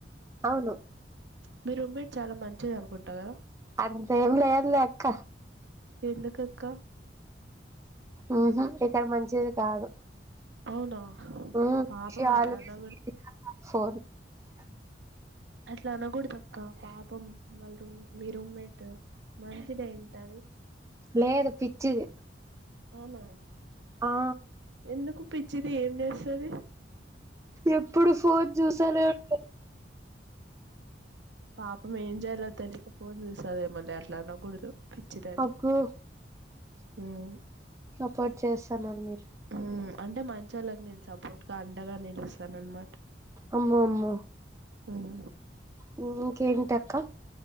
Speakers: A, on the right; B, on the right.
A: అవును
B: మీ రూమ్మేట్ చాలా మంచిది అనుకుంటా కదా
A: అంతేం లేదులే అక్క
B: ఎందుకక్క
A: ఊహు ఇక్కడ మంచిది కాదు
B: అవునా
A: హుమ్
B: పాపం
A: చాలా
B: అట్లా
A: <unintelligible>
B: అనకూడదు అట్లా అనకూడదక్క పాపం వాళ్ళ రూమ్ మీ రూమ్మేట్ మంచిదే ఉంటది
A: లేదు పిచ్చిది
B: అవునా
A: ఆ
B: ఎందుకు పిచ్చిది ఏం చేస్తది
A: ఎప్పుడు ఫోన్ చూస్తానే ఉం
B: పాపం ఏం చేయలో తెలిక ఫోన్ చూస్తదేమీలే అట్లా అనకూడదు పిచ్చిదని
A: అగ్గో
B: ఉమ్
A: సపోర్ట్ చేస్తున్నారు మీరు
B: హుమ్ అంటే మంచి వాళ్ళకి నేను సపోర్ట్గా అండగా నిలుస్తాను అనమాట
A: అమ్మో అమ్మో
B: హుమ్
A: హు ఇంకేంటక్కా